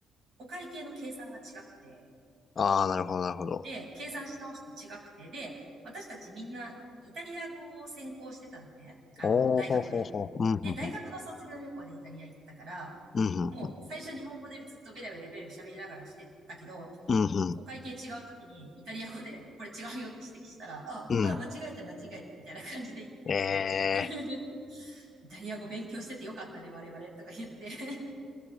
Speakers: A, on the right; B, on the left.
A: お会計の計算が違くて、
B: ああ、なるほど、なるほど。
A: で、計算し直して違くて、で、私たちみんなイタリア語を専攻してたのね。あの、
B: おー、
A: 大学で。
B: ほうほうほう。うん、ふんふん。
A: で、大学の卒業旅行でイタリア行ったから、
B: うん、
A: もう最初日本語でずっとベラベラベラベラ喋りながらしてたけど、
B: ふんふん。うん、ふん。
A: お会計違う時にイタリア語でこれ違うよって指摘したら、ああ、
B: うん。
A: ああ間違えた間違えたみたいな感じで言ってて、
B: ええ
A: <laughs> イタリア語勉強しててよかったね、我々とか言って <laughs>